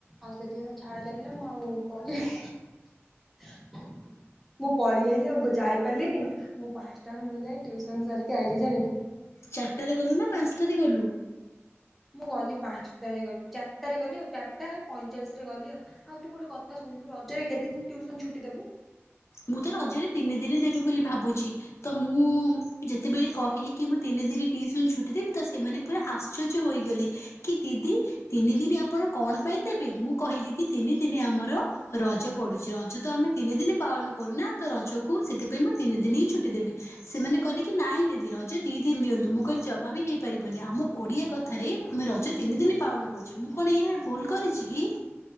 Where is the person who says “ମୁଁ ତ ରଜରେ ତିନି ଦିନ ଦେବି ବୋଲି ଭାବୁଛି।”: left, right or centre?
Left